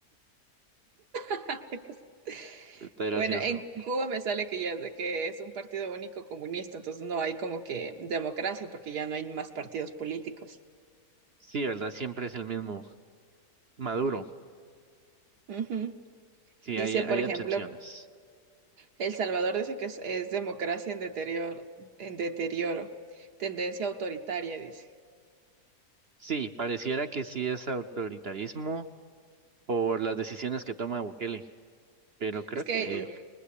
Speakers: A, on the right; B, on the right.
A: <laughs>
B: Está gracioso.
A: Bueno, en Cuba me sale que ya es de que es un partido único comunista, entonces no hay como que democracia porque ya no hay más partidos políticos.
B: Sí, ¿verdad? Siempre es el mismo. Maduro.
A: Ujú.
B: Sí,
A: Dice,
B: hay, hay
A: por ejemplo,
B: excepciones.
A: El Salvador dice que es, es democracia en deterioro, en deterioro, tendencia autoritaria, dice.
B: Sí, pareciera que sí es autoritarismo por las decisiones que toma Bukele, pero creo
A: Es que
B: que
A: eh,